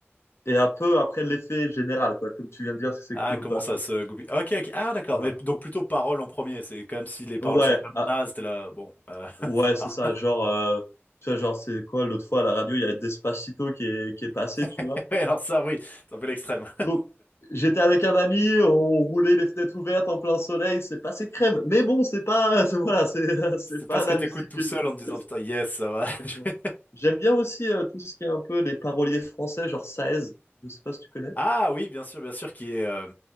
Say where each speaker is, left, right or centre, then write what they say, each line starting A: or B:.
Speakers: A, on the left (about 70°); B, on the left (about 35°).
A: et un peu après l'effet général, quoi. Comme tu viens de dire, si c'est
B: Ah,
A: cool
B: comment
A: ou pas,
B: ça
A: tu vois.
B: se goupille? Ok, ok. Ah, d'accord.
A: Voilà.
B: Mais donc plutôt paroles en premier. C'est quand même si les paroles
A: Ouais,
B: sont vraiment
A: ah,
B: nazes, t'es là. Bon, euh, <laughs>
A: ouais,
B: plus tard.
A: c'est ça. Genre, euh, tu vois, genre, c'est quoi, l'autre fois à la radio, il y a Despacito qui est, qui est passé, tu
B: <laughs>
A: vois.
B: Ouais, alors ça, oui, c'est un peu l'extrême.
A: Donc, j'étais avec un ami, on roulait les fenêtres ouvertes en plein soleil, c'est passé crème. Mais bon, c'est pas, <laughs> voilà, c'est, c'est
B: C'est
A: pas
B: parce
A: la
B: que t'écoutes
A: musique
B: tout
A: que
B: seul en te disant
A: je...
B: putain, yes, ça va.
A: Exactement.
B: <laughs>
A: J'aime bien aussi euh, tout ce qui est un peu les paroliers français, genre Saez, je sais pas si tu connais.
B: Ah oui, bien sûr, bien sûr, qui est, euh,